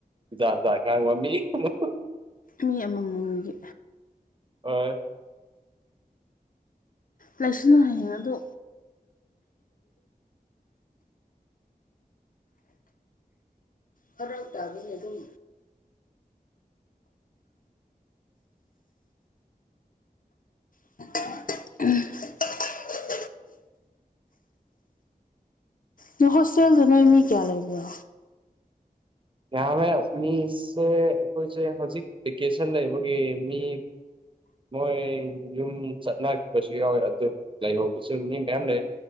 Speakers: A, on the right; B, on the left.
A: ꯏꯥꯥ ꯉꯥꯡꯕ ꯃꯤ ꯑꯃ
B: ꯃꯤ ꯑꯃꯃꯝꯒꯤ
A: ꯍꯣꯏ
B: ꯂꯩꯁꯅꯨ ꯍꯌꯦꯡ ꯑꯗꯣ ꯐꯔꯛ ꯇꯥꯒꯅꯤ ꯑꯗꯨꯝ <unintelligible> ꯅꯣꯏ ꯍꯣꯁꯇꯦꯜꯗꯅ ꯃꯤ ꯀꯌꯥ ꯂꯩꯕ꯭ꯔꯣ
A: ꯌꯥꯃꯦ ꯃꯤꯁꯦ ꯑꯩꯈꯣꯏꯁꯦ ꯍꯧꯖꯤꯛ ꯚꯦꯀꯦꯁꯟ ꯂꯩꯕꯒꯤ ꯃꯤ ꯃꯣꯏ ꯌꯨꯝ ꯆꯠꯅꯈꯤꯕꯁꯨ ꯌꯥꯎꯋꯦ ꯑꯗꯨ ꯂꯩꯍꯧꯕꯁꯨ ꯃꯤ ꯃꯌꯥꯝ ꯂꯩ